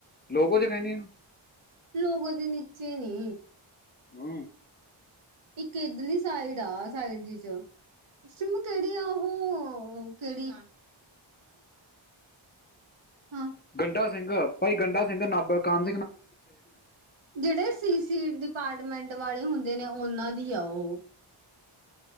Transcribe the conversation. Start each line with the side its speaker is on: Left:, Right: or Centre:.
Left: ਲੋਕ ਔ, ਜੋ ਕਹਿਣੇ ਔ
Right: ਲੋਕ ਉਹਦੇ ਨੀਚੇ ਨੇ
Left: ਹੂ
Right: ਇੱਕ ਇਧਰਲੀ ਸਾਈਡ ਆ, ਸਾਈਡ ਜੀ ਚ, ਸਿਮੀ ਕਿਹੜੀ ਆ ਉਹ ਕਿਹੜੀ ਹਾਂ
Left: ਗੰਡਾ ਸਿੰਘ, ਭਾਈ ਗੰਡਾ ਸਿੰਘ ਸਿੰਘ ਨਾ ਕਾਨ
Right: ਜਿਹੜੇ ਸੀ ਸੀ ਡਿਪਾਰਟਮੈਂਟ ਵਾਲੇ ਹੁੰਦੇ। ਦੇ ਨੇ ਉਹਨਾਂ ਦੀ ਆ ਔ